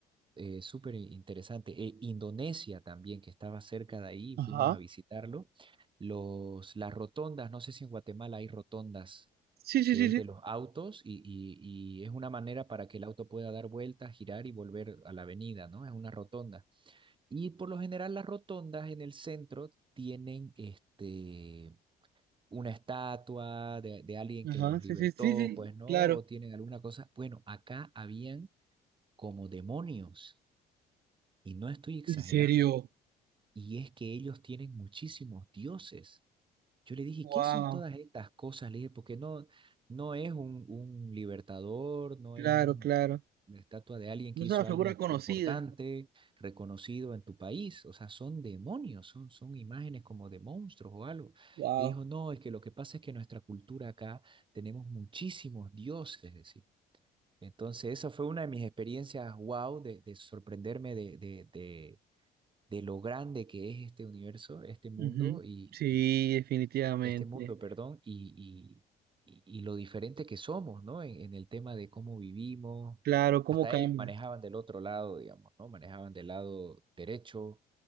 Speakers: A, on the right; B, on the right.
A: eh, súper interesante. Eh, Indonesia también, que estaba cerca de ahí, fuimos
B: Ajá.
A: a visitarlo. Los, las rotondas, no sé si en Guatemala hay rotondas
B: Sí, sí,
A: que
B: sí,
A: es
B: sí.
A: de los autos y, y- y es una manera para que el auto pueda dar vueltas, girar y volver a la avenida, ¿no? Es una rotonda. Y por lo general las rotondas en el centro tienen este, una estatua de, de alguien
B: Ajá,
A: que los
B: sí,
A: libertó,
B: sí, sí, sí,
A: pues, ¿no?
B: claro.
A: O tienen alguna cosa. Bueno, acá habían como demonios y no estoy exagerando.
B: ¿En serio?
A: Y es que ellos tienen muchísimos dioses. Yo le dije,
B: Wow.
A: ¿qué son todas estas cosas? Le dije, porque no, no es un, un libertador, no
B: Claro,
A: es un-
B: claro.
A: una estatua de alguien
B: No
A: que hizo
B: es una figura
A: algo in-
B: conocida.
A: importante, reconocido en tu país. O sea, son demonios, son, son imágenes como de monstruos o algo.
B: Wow.
A: Y dijo, no, es que lo que pasa es que nuestra cultura acá tenemos muchísimos dioses, decir. Entonces, esa fue una de mis experiencias, wow, de, de sorprenderme de, de, de, de lo grande que es este universo, este mundo,
B: Ujú.
A: y,
B: Sí, definitivamente.
A: este mundo, perdón, y, y, y- y lo diferente que somos, ¿no? En, en el tema de cómo vivimos.
B: Claro, ¿cómo
A: Hasta
B: cambia?
A: ellos manejaban del otro lado, digamos, ¿no? Manejaban del lado derecho,